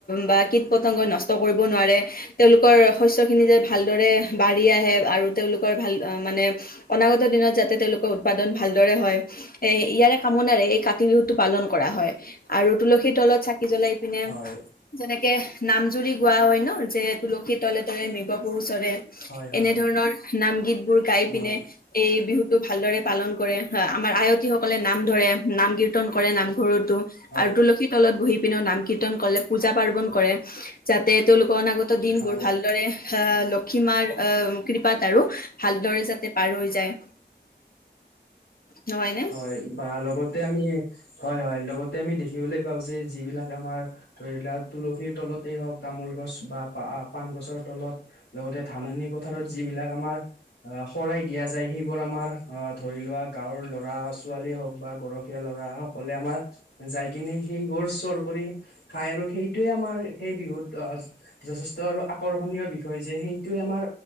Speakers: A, on the left; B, on the left.
A: বা কিত-পতংগ নষ্ট কৰিব নোৱাৰে, তেওঁলোকৰ শস্যখিনি যে ভালদৰে বাঢ়ি আহে আৰু তেওঁলোকৰ ভাল মানে অনাগত দিনত যাতে তেওঁলোকৰ উৎপাদন ভালদৰে হয়, এই ইয়াৰে কামনাৰে এই কাতি বিহুতটো পালন কৰা হয়, আৰু তুলসীৰ তলত চাকি কি জ্বলাই পিনে,
B: হয়
A: যেনেকে নাম জুৰি গোৱা হয় ন' যে, তুলসী তলে ৰে মৃগপহু চৰে,
B: হয় হয়
A: এনেধৰণৰ নাম গীতবোৰ গাই
B: হয়
A: পিনে এই বিহুত টো ভালদৰে পালন কৰে, হ আমাৰ আয়তী সকলে নাম ধৰে। নাম কীৰ্ত্তন কৰে নামঘৰতো
B: হয়
A: আৰু তুলসী তলত বহি পিনেও নাম-কীৰ্তন কৰে, পূজা পাৰ্ৱন কৰে, যাতে তেওঁলোকৰ অনাগত ত' দিনবোৰ
B: হয়
A: ভালদৰে হা লক্ষীমাৰ আ কৃপাত আৰু ভালদৰে যাতে পাৰ হৈ যায়। নহয়নে?
B: হয় বা লগতে আমি সেই হয় হয়, লগতে আমি দেখিবলৈ পাওঁ যে যিবিলাক আমাৰ ধৰি লোৱা তুলসীৰ তলতেই হওঁক, তামোল গছ বা পা-পান গছৰ তলত, লগতে ধাননি পথাৰত যি যিবিলাকৰ আমাৰ আ শৰাই দিয়া যায় সেইবোৰ আমাৰ ধৰিলোৱা, গাওঁৰ ল লৰা-ছোৱালী হওক বা গৰখীয়া ল'ৰা, সকলে আমাৰ যাইকিনে সেইবোৰ চোৰ কৰি খাই আৰু সেইটোয়ে আমাৰ সেই বিহুত যথেষ্ট আৰু আকৰ্ষণীয় বিষয় যে সেইটো আমাৰ